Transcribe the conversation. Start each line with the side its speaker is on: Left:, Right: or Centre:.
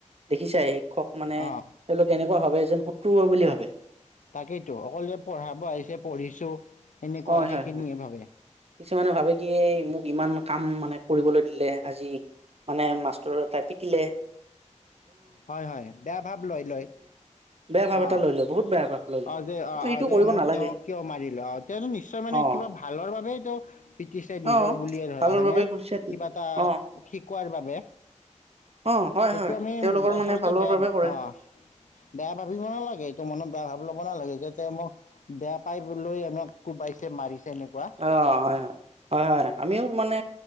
Right: দেখিছাই শিক্ষক মানে
Left: অ',
Right: তেওঁলোকে এনেকোৱা। নে ভাবে এ যেন শত্ৰু বুলি ভাবে
Left: তাকেইতো অকল যে পঢ়াব আহিছে পঢ়িছো এনেকুৱা
Right: হয়
Left: সেইখিনিয়ে
Right: হয় হয়
Left: ভাৱে
Right: কিছুমানে ভাবে কি এই মোক ইমান কাম মানে কৰিবলৈ দিলে আজি মানে মাষ্টৰৰ এটাই পিতিলে
Left: হয় হয় বেয়া ভাব লয় লয়
Right: বেয়া ভাৱ এটা
Left: অ
Right: লৈ লয় বহুত বেয়া ভাৱ লৈ লয়
Left: অজ
Right: সেইটো
Left: অ
Right: সেইটো
Left: অ যে
Right: কৰিব
Left: মোক
Right: নালাগে
Left: তেওঁ কিয় মাৰিল আহ তেওঁ নিশ্চয় মানে
Right: অ
Left: কিবা ভালৰ বাবে পিটিছে নিজৰ
Right: অ
Left: বুলিয়ে ধৰা
Right: ভালৰ
Left: হয়নে
Right: বাবে কৰিছে
Left: কিবা এটা
Right: অ
Left: শিকোৱাৰ বাবে
Right: অ হয়
Left: সেইটো
Right: হয়
Left: আমি
Right: তেওঁলোকৰ
Left: আচলতে
Right: মানে ভালৰ
Left: বেয়া
Right: বাবে কৰে
Left: অ বেয়া ভাবিব নালাগে এইটো মনত বেয়া ভাবি ল'ব নালাগে যে মোক বেয়া পাই বোলো ঐ আমাক কোবাইছে মাৰিছে এনেকুৱা
Right: অ হয় হয় হয় হয় আমিও মানে